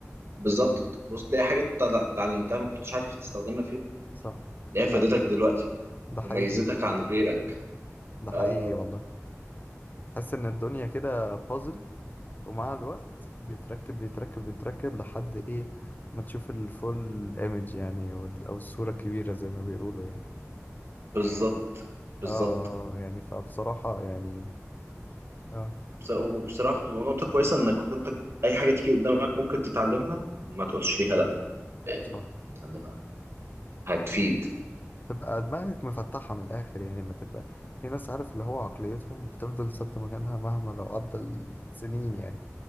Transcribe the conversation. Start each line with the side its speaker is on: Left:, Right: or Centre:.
Right: بالظبط تبص تلاقي حاجة ات- اتعلمتها ما كنتش عارف تستخدمها فين
Left: صح
Right: تلاقيها
Left: لا
Right: فادتك دلوقتي
Left: ده
Right: وميزتك
Left: حقيقي
Right: عن غيرك
Left: ده حقيقي
Right: آه،
Left: والله تحس ان الدنيا كده بازل ومع الوقت بيتركب بيتركب بيتركب لحد ايه ما تشوف الفول ايمج يعني وال- او الصورة الكبيرة زي ما بيقولوا يعني
Right: بالظبط بالظبط
Left: اه آه، آه، يعني فبصراحة يعني اه
Right: بصرا- وبصراحة بتبقى نقطة كويسة إنك أنت أي حاجة تيجي قدامك ممكن تتعلمها ما تقولش ليها لأ يعني
Left: صح
Right: تتعلمها هتفيد
Left: تبقى دماغك مفتحة من الآخر يعني ما تبقى في ناس عارف اللي هو عقليتهم بتفضل ثابتة مكانها مهما لو عدى السنين يعني